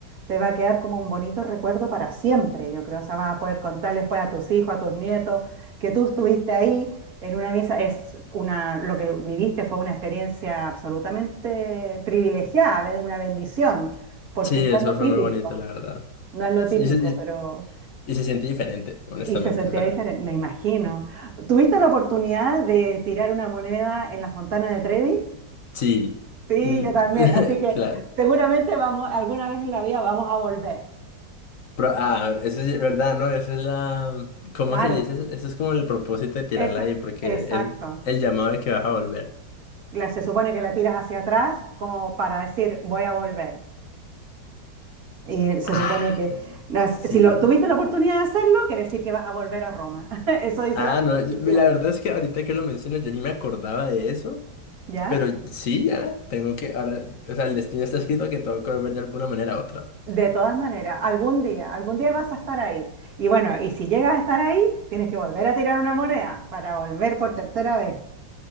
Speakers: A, on the right; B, on the left.
A: te va a quedar como un bonito recuerdo para siempre, yo creo. O sea, vas a poder contar después a tus hijos, a tus nietos, que tú estuviste ahí en una misa. Es una, lo que viviste fue una experiencia absolutamente privilegiada, be- una bendición, porque
B: Sí,
A: no
B: eso
A: es lo
B: fue
A: típico,
B: muy bonito, la verdad.
A: no es lo
B: Sí,
A: típico,
B: Y se, y-
A: pero...
B: y se siente diferente, honestamente.
A: Y se sentía
B: O sea,
A: diferente, me imagino. ¿Tuviste la oportunidad de tirar una moneda en la Fontana de Trevi?
B: sí.
A: Sí,
B: Mm,
A: yo también. Así que
B: <laughs> Claro.
A: seguramente vamos, alguna vez en la vida vamos a volver.
B: Pro- ah, eso es verdad, ¿no? Eso es la... ¿Cómo
A: Claro,
B: se le dice? Eso Eso es como el propósito de tirarla
A: eso,
B: ahí, porque
A: exacto.
B: es el llamado de que vas a volver.
A: La- se supone que la tiras hacia atrás como para decir voy a volver. Y eh, se
B: Ah,
A: supone que nas-
B: sí.
A: si lo, tuviste la oportunidad de hacerlo, quiere decir que vas a volver a Roma. <laughs> Eso dice
B: Ah,
A: la superstición.
B: no, yo- la verdad es que ahorita que lo mencionas, yo ni me acordaba de eso,
A: ¿Ya?
B: pero sí, ya, tengo que, ahora, o sea, el destino está escrito que tengo que volver de alguna manera a otra.
A: De todas maneras, algún día, algún día vas a estar ahí. Y bueno, y si llegas a estar ahí, tienes que volver a tirar una moneda para volver por tercera vez.